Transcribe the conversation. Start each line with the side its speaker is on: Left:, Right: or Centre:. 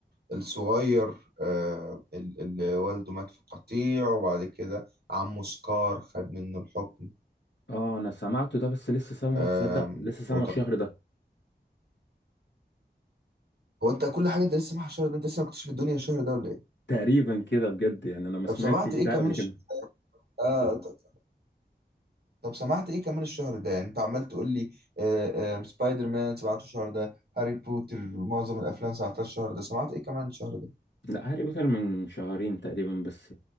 Right: الصغير آه ال- اللي والده مات في قطيع وبعد كده عمه سكار خد منه الحكم
Left: اه انا سمعته ده بس لسه سامعه
Right: آم،
Left: تصدق لسه سامعه
Right: وط-
Left: الشهر ده
Right: هو انت كل حاجه انت لسه معاك الشهر ده انت لسه ما كنتش في الدنيا الشهر ده ولا ايه
Left: تقريبا كده بجد يعني انا ما
Right: طب
Left: سمعتش
Right: سمعت ايه
Left: ده
Right: كمان
Left: قبل
Right: الشهر
Left: كده
Right: آه ط- طب سمعت ايه كمان الشهر ده يعني انت عمال تقول لي آه آه سبايدر مان سمعته الشهر ده هاري بوتر معظم الافلام سمعتها الشهر ده سمعت ايه كمان الشهر ده
Left: لا هاري بوتر من شهرين تقريبا بس